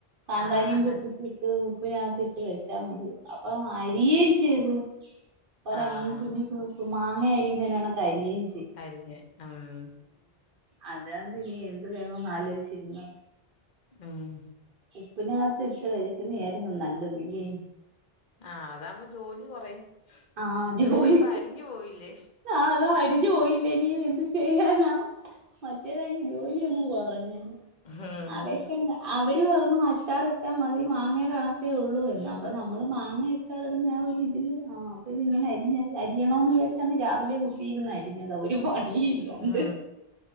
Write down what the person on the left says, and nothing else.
ആഹ് അതാ
ആഹ്
അരിഞ്ഞ് ആഹ്
ഉം
ആ അതാവുമ്പോ ജോലി കൊറയും.
പക്ഷെ ഇപ്പൊ അരിഞ്ഞു പോയില്ലേ
ഉം
ഉം